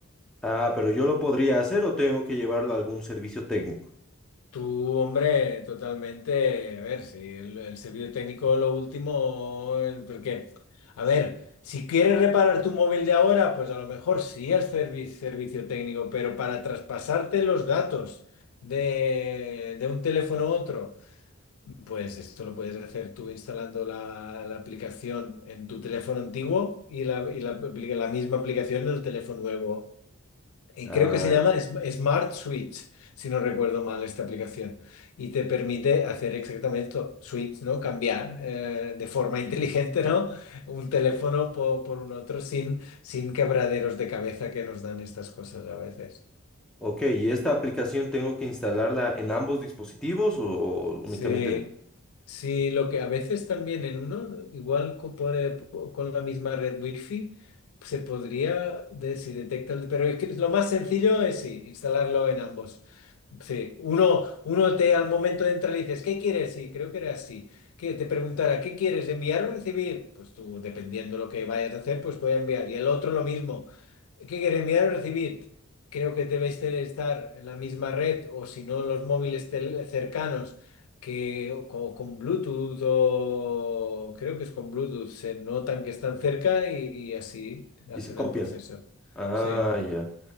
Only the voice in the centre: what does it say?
Ah, pero yo lo podría hacer o tengo que llevarlo a algún servicio técnico.
Ah,
ok, ¿y esta aplicación tengo que instalarla en ambos dispositivos o únicamente
en...
y
se copian?
Ah,
ya.